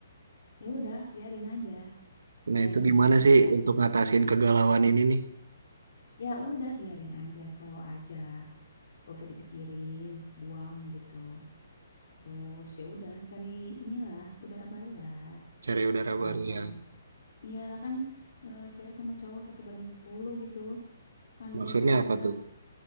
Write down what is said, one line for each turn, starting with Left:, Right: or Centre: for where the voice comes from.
Left: ya udah, biarin aja, biarin,
Right: Nah, itu gimana
Left: biarin.
Right: sih untuk ngatasin kegalauan ini nih?
Left: Ya udah, biarin aja, slow aja, gak usah dipikirin, buang gitu. Terus ya udah, cari inilah udara baru lah,
Right: Cari udara
Left: gampang.
Right: baru ya.
Left: Iyalah kan eh, cewek sama cowok satu banding 10 gitu, santuy
Right: Maksudnya
Left: aja.
Right: apa tuh?